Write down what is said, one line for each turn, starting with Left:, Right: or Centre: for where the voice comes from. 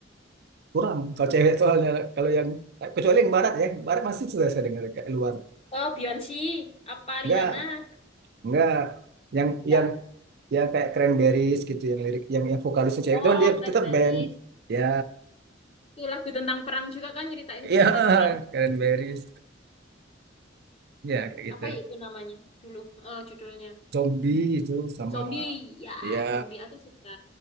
Right: kurang. Kalau cewek soalnya kalau yang kecuali yang barat ya, barat masih sudah saya dengar kayak luar.
Left: Oh, Beyonce, apa
Right: Enggak,
Left: Rihanna?
Right: enggak. Yang
Left: Ya.
Right: yang ya kayak Cranberries gitu yang lirik yang yang vokalisnya cewek
Left: Oh,
Right: cuman dia
Left: Cranberries.
Right: tetap band ya
Left: Itu lagu tentang perang juga kan, nyeritain kejahatan
Right: ya <laughs>
Left: perang.
Right: Cranberries ya kayak
Left: apa
Right: gitu
Left: ya itu namanya dulu eh, judulnya
Right: Zombie itu sama
Left: zombie ya
Right: ya
Left: zombie aku suka